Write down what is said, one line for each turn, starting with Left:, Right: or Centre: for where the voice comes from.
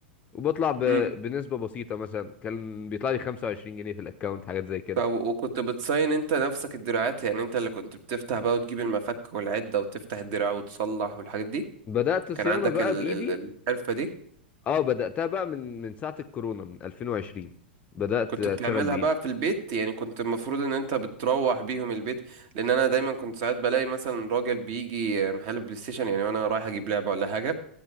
Left: وبطلع ب...
Right: امم
Left: بنسبة بسيطة مثلا كان بيطلع لي 25 جنيه في الاكونت حاجات زي كده
Right: طب وكنت بتصين انت نفسك الدراعات يعني انت اللي كنت بتفتح بقى وتجيب المفك والعدة وتفتح الدراع وتصلح والحاجات دي
Left: بدأت صيانة
Right: كان عندك
Left: بقى
Right: ال
Left: بإيدي
Right: ال الحرفة دي
Left: اه بدأتها بقى من من ساعة الكورونا من 2020 بدأت
Right: كنت
Left: اشتغل
Right: بتعملها
Left: بإيدي
Right: بقى في البيت يعني كنت المفروض ان انت بتروح بيهم البيت لان انا دايما كنت ساعات بلاقي مثلا راجل بيجي محل بلاي ستيشن يعني وانا رايح اجيب لعبة ولا حاجة